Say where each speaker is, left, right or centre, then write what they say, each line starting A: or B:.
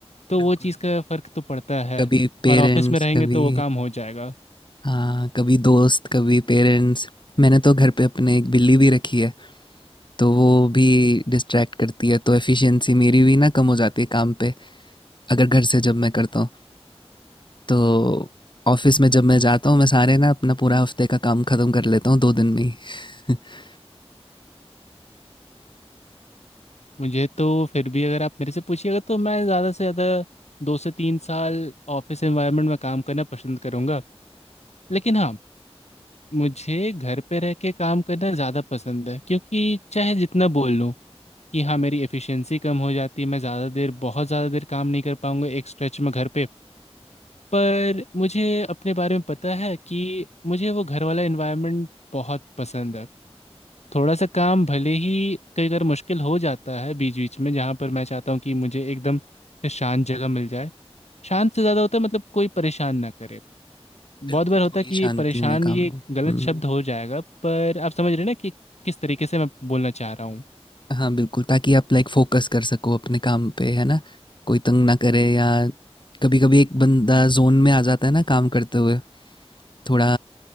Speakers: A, on the left; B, on the left.
A: तो
B: बिल्कुल
A: वो चीज़ का फ़र्क तो पड़ता है
B: कभी पेरेंट्स
A: और ऑफिस में रहेंगे
B: कभी
A: तो वो काम हो जाएगा
B: हाँ कभी दोस्त कभी पेरेंट्स मैंने तो घर पे अपने एक बिल्ली भी रखी है तो वो भी डिस्ट्रैक्ट करती है तो एफिशिएंसी मेरी भी ना कम हो जाती है काम पे अगर घर से जब मैं करता हूँ तो ऑफिस में जब मैं जाता हूँ मैं सारे ना अपना पूरा हफ्ते का काम खत्म कर लेता हूँ दो दिन में ही <laughs>
A: मुझे तो फिर भी अगर आप मेरे से पूछिएगा तो मैं ज़्यादा से ज़्यादा दो से तीन साल ऑफिस एनवायरनमेंट में काम करना पसंद करूँगा लेकिन हाँ मुझे घर पे रह के काम करना ज़्यादा पसंद है क्योंकि चाहे जितना बोल लूँ कि हाँ मेरी एफिशिएंसी कम हो जाती है मैं ज़्यादा देर बहुत ज़्यादा देर काम नहीं कर पाऊँगा एक स्ट्रेच में घर पे पर मुझे अपने बारे में पता है कि मुझे वो घर वाला एनवायरनमेंट बहुत पसंद है थोड़ा सा काम भले ही कई बार मुश्किल हो जाता है बीच बीच में जहाँ पर मैं चाहता हूँ कि मुझे एकदम से शांत जगह मिल जाए शांत से ज़्यादा होता है मतलब कोई परेशान ना करे बहुत
B: बिल्कुल
A: बार होता
B: थोड़ी
A: है कि ये
B: शांति
A: परेशान
B: में काम
A: ये
B: हो।
A: गलत
B: हम्म,
A: शब्द हो जाएगा पर आप समझ रहे हैं ना कि किस तरीके से मैं बोलना चाह रहा हूँ
B: हाँ बिल्कुल ताकि आप लाइक फोकस कर सको अपने काम पे है ना कोई तंग ना करे या कभी कभी एक बंदा जोन में आ जाता है ना काम करते हुए थोड़ा